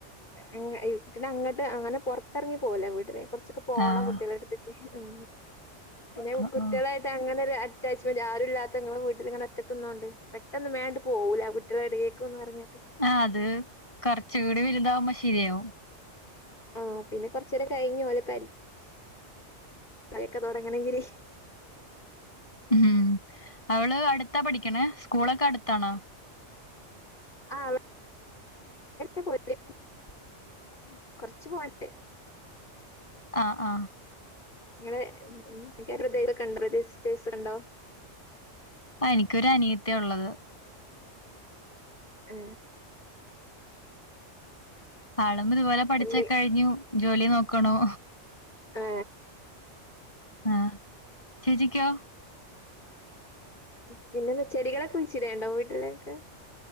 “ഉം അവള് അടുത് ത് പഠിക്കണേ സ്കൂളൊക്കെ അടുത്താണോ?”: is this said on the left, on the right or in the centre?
Left